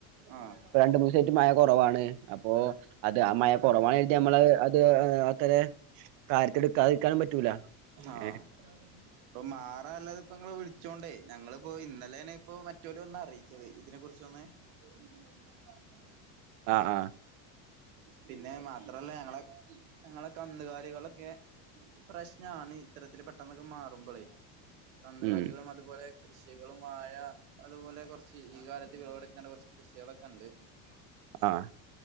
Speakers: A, on the right; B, on the right.
A: ആഹ്
B: ര മൂന്ന് ദിവസമായിട്ട് മഴ കുറവാണ് അപ്പ അത് ആ മഴ കുറവാണ എഴുതി നമ്മള് അത് അത്ര കാര്യത്തി എടുക്കാതിരിക്കാനും പറ്റൂല
A: ആ
B: ഏഹ്
A: അപ്പ മാറാ അല്ലാതെ ഇപ്പ നി വിളിച്ചോണ്ടേ ഞങ്ങളിപ്പോ ഇന്നലെന്ന ഇപ്പോ മറ്റല ഒന്നാ അറിയിച്ചത് ഇതിനെ കുറിച്ചൊന്ന് ന
B: ആ ആ
A: പിന്നെ മാത്രല്ല ഞങ്ങളെ ഞങ്ങള കന്നുകാലികളൊക്കെ പ്രശ്നമാണ് ഇത്തരത്തില് പെട്ടെന്നൊക്കെ മാറുമ്പോളേ കന്നുകാലികളും
B: ഉം
A: അതുപോലെ കൃഷികളും വാഴ അതുപോലെ കുറച്ച് ഈ കാലത്ത് വിളവെടുക്കേണ്ട കുറച്ച് കൃഷികളൊക്കെ ഉണ്ട്
B: ആഹ്